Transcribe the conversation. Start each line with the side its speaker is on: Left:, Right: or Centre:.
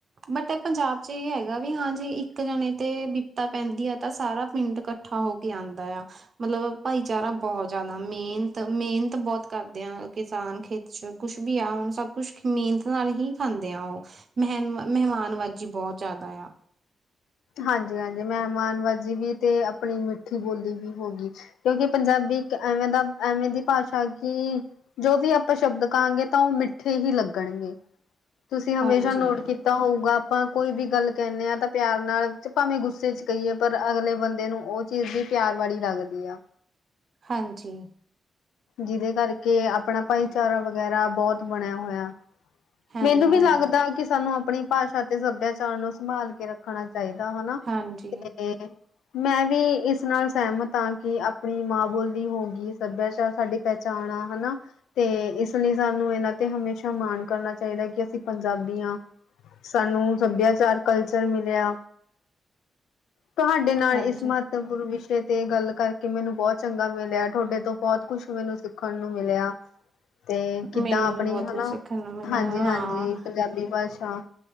Right: ਬਟ ਪੰਜਾਬ ਚ ਏਹ ਹੈਗਾ ਵੀ ਹਾਂ ਜੇ ਇੱਕ ਜਾਣੇ ਤੇ ਬਿਪਤਾ ਪੈਂਦੀ ਆ ਤਾਂ ਸਾਰਾ ਪਿੰਡ ਕ ਠਾ ਹੋ ਕੇ ਆਂਦਾ ਆ। ਮਤਲਬ ਭਾਈਚਾਰਾ ਬੋਤ ਜਾਦਾ ਮੇਨਤ-ਮੇਨਤ ਬੋਤ ਕਰਦੇ ਆ ਕਿਸਾਨ ਖੇ ਅੱਛ ਕੁੱਛ ਵੀ ਆ ਹੁਣ ਸਭ ਕੁਛ ਮੇਨਤ ਨਾਲ ਹੀ ਖਾਂਦੇ ਆ ਉਹ ਮੇਹ ਮਹਿਮਾਨਬਾਜੀ ਬੋਤ ਜਾਦਾ ਆ।
Left: ਹਾਂਜੀ-ਹਾਂਜੀ ਮਹਿਮਾਨ ਬਾਜੀ ਵੀ ਤੇ ਅਪਣੀ ਮਿੱਠੀ ਬੋਲੀ ਵੀ ਹੋ ਗੀ। ਕਿਉਂਕਿ ਪੰਜਾਬੀ ਇੱਕ ਐਵੇਂ ਦਾ ਐਵੇਂ ਦੀ ਭਾਸ਼ਾ ਕਿ ਜੋ ਵੀ ਆਪਾਂ ਸ਼ਬਦ ਕਾਂਗੇ ਤਾਂ ਉਹ ਮਿੱਠੇ ਹੀ ਲੱਗਣਗੇ। ਤੁਸੀਂ ਹਮੇਸ਼ਾ
Right: ਹਾਂਜੀ
Left: ਨੋਟ ਕੀਤਾ ਹੋਊਗਾ ਆਪਾਂ ਕੋਈ ਵੀ ਗੱਲ ਕੇਂਦੇ ਆ ਤਾਂ ਪਿਆਰ ਨਾਲ ਭਾਵੇਂ ਗੁੱਸੇ ਚ ਕਈਏ ਪਰ ਅਗਲੇ ਬੰਦੇ ਨੂੰ ਉਹ ਚੀਜ਼ ਦੀ ਪਿਆਰ ਵਾਲੀ ਲੱਗਦੀ ਆ।
Right: ਹਾਂਜੀ।
Left: ਜਿਦੇ ਕਰਕੇ ਆਪਣਾ ਭਾਈਚਾਰਾ ਵਗੈਰਾ ਬੋਤ ਬਣਿਆ ਹੋਇਆ।
Right: ਹਾਂਜੀ
Left: ਮੈਨੂੰ ਵੀ
Right: ਹਾਂ
Left: ਲੱਗਦਾ ਕਿ ਸਾਨੂੰ ਆਪਣੀ ਭਾਸ਼ਾ ਤੇ ਸੱਭਿਆਚਾਰ ਨੂੰ ਸੰਭਾਲ ਕੇ ਰੱਖਣਾ ਚਾਈਦਾ ਹਨਾ
Right: ਹਾਂਜੀ
Left: ਤੇ ਮੈਂ ਵੀ ਇਸ ਨਾਲ ਸੇਮਤ ਆ ਕਿ ਆਪਣੀ ਮਾਂ ਬੋਲੀ ਹੋ ਗੀ ਸੱਭਿਆਚਾਰ ਸਾਡੀ ਪਹਿਚਾਣ ਆ ਹਨਾ। ਤੇ ਇਸ ਲਈ ਸਾਨੂੰ ਇਨਾਂ ਤੇ ਹਮੇਸ਼ਾ ਮਾਣ ਕਰਨਾ ਚਾਈਦਾ ਕਿ ਅਸੀਂ ਪੰਜਾਬੀ ਆ। ਸਾਨੂੰ ਸੱਭਿਆਚਾਰ ਕਲਚਰ ਮਿਲਿਆ ਤੁਹਾਡੇ ਨਾਲ
Right: ਹਾਂਜੀ
Left: ਇਸ ਮਹ ਮਹੱਪੂਰ ਵਿਸ਼ੇ ਤੇ ਗੱਲ ਕਰਕੇ ਮੈਨੂੰ ਬੋਤ ਚੰਗਾ ਮਿਲਿਆ ਤੁਹਾਡੇ ਤੋਂ ਬੋਤ ਕੁਛ ਮੈਨੂੰ ਸਿੱਖਣ ਨੂੰ ਮਿਲਿਆ। ਤੇ ਕਿੱਦਾਂ
Right: ਮੈਨੂੰ
Left: ਆਪਣੀ
Right: ਵੀ ਬਹੁਤ
Left: ਹਨਾ
Right: ਕੁਝ ਸਿੱਖਣ ਨੂੰ ਮਿਲਿਆ
Left: ਹਾਂਜੀ-ਹਾਂਜੀ
Right: ਹਾਂ
Left: ਪੰਜਾਬੀ ਭਾਸ਼ਾ